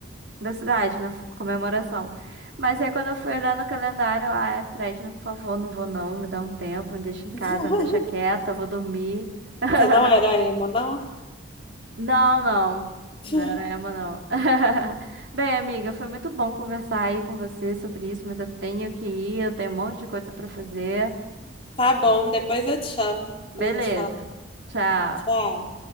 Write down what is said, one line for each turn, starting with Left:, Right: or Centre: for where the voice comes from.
Right: da cidade, na f- comemoração. Mas aí quando eu fui olhar no calendário, eu, ah, é Fresno, por favor, não vou não, me dá um tempo, me deixa em
Left: <laughs>
Right: casa, me deixa quieta, eu vou dormir. <laughs>
Left: você não era emo, não?
Right: Não, não.
Left: <laughs>
Right: Não era emo, não. <laughs> Bem, amiga, foi muito bom conversar aí com você sobre isso, mas eu tenho que ir, eu tenho um monte de coisa pra fazer.
Left: Tá bom,
Right: Uhum.
Left: depois eu te chamo
Right: Beleza.
Left: pra gente falar.
Right: Tchau.
Left: Tchau.